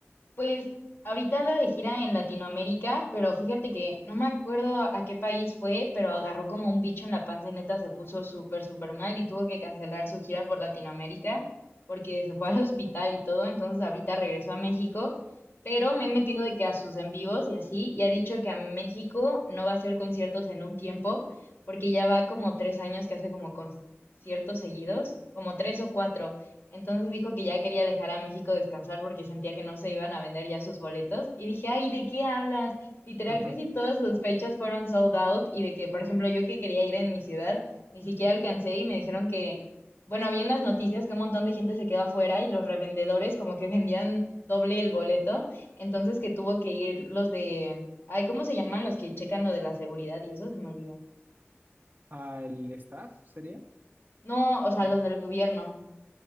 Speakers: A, on the left; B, on the right.
A: Pues ahorita anda de gira en Latinoamérica, pero fíjate que no me acuerdo a qué país fue, pero agarró como un bicho en la panza y neta se puso súper, súper mal y tuvo que cancelar su gira por Latinoamérica porque se fue al <laughs> hospital y todo. Entonces ahorita regresó a México, pero me he metido de que a sus en vivos y así, y ha dicho que a México no va a hacer conciertos en un tiempo porque ya va como tres años que hace como conciertos seguidos, como tres o cuatro. Entonces dijo que ya quería dejar a México descansar porque sentía que no se iban a vender ya sus boletos. Y dije, ay, ¿de qué hablas? Literal,
B: <laughs> Ajá.
A: casi todas sus fechas fueron sold out y de que, por ejemplo, yo que quería ir en mi ciudad, ni siquiera alcancé y me dijeron que, bueno, vi en las noticias que un montón de gente se quedó afuera y los revendedores como que <laughs> vendían doble el boleto, entonces que tuvo que ir los de, ay, ¿cómo se llaman los que checan lo de la seguridad y eso? Se me olvidó.
B: ¿Al staff sería?
A: No, o sea,
B: No.
A: los del gobierno.